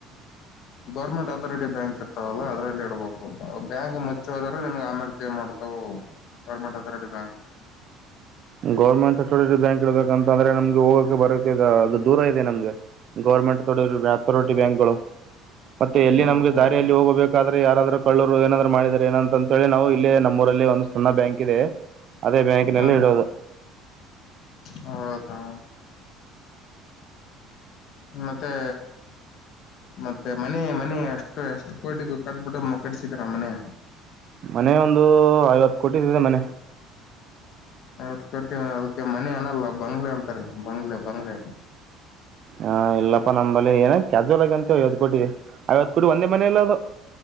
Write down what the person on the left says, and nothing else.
ಗೌರ್ಮೆಂಟ್ ಅಥಾರಿಟಿ ಬ್ಯಾಂಕ್ ಇರ್ತಾವಲ್ಲ ಅದ್ರಲ್ಲಿ ಇಡಬೇಕು ಬ್ಯಾಂಕ್ ಮುಚ್ಚ ಹೋದ್ರ ನನ್ ಆಮೇಲೆ ಪೇ ಮಾಡ್ತಾವ ಗೌರ್ಮೆಂಟ್ ಅಥಾರಿಟಿ ಬ್ಯಾಂಕ್.
ಹ್ಮ್
ಹ್ಮ್
ಹ್ಮ್ ಹ್ಮ್
ಹೌದಾ ಮತ್ತೆ ಮತ್ತೆ ಮನೆ ಮನೆ ಅಷ್ಟು ಎಷ್ಟು ಕೋಟಿಗ ಕಟ್ಬಿಟ್ಟು ಕಡಿಸಿದರ ಮನೆ.
ನತ್ತು ಕೊಟ್ಟೀ ಅದಕ್ಕೆ ಮನೆ ಅನಲ್ಲ ಬಂಗ್ಲೆ ಅಂತಾರೆ ಬಂಗ್ಲೆ ಬಂಗ್ಲೆ.